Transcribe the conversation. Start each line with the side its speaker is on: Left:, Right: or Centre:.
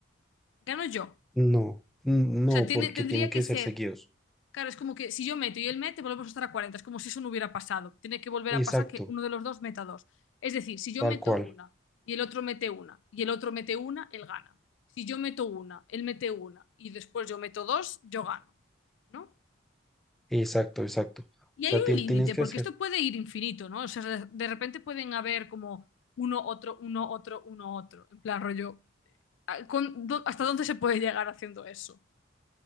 Left: gano yo.
Centre: No, n- no,
Left: O sea, tiene,
Centre: porque
Left: tendría
Centre: tienen que
Left: que ser.
Centre: ser seguidos.
Left: Claro, es como que si yo meto y él mete, volvemos a estar a 40. Es como si eso no hubiera pasado. Tiene que volver a
Centre: Exacto,
Left: pasar que uno de los dos meta dos. Es decir, si yo
Centre: tal
Left: meto
Centre: cual.
Left: una y el otro mete una y el otro mete una, él gana. Si yo meto una, él mete una y después yo meto dos, yo gano. ¿No?
Centre: Exacto, exacto. O
Left: Y
Centre: sea,
Left: hay un
Centre: tien-
Left: límite,
Centre: tienes que
Left: porque
Centre: hacer.
Left: esto puede ir infinito, ¿no? O sea, de, de repente pueden haber como uno, otro, uno, otro, uno, otro. En plan, rollo. ¿a- con- do- ¿Hasta dónde se puede llegar haciendo eso?